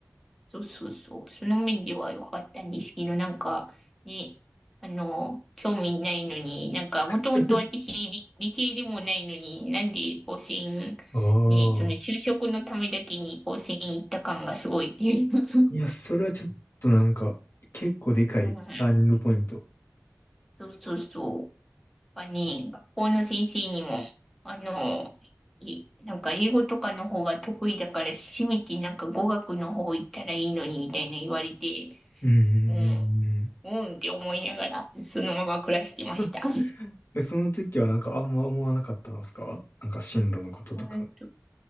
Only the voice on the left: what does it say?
<laughs>
ああ。
いや、それはちょっとなんか、結構でかいターニングポイント。
うんうんうん
うん。
<laughs> えその時はなんかあんま思わなかったんですかなんか進路のこととか。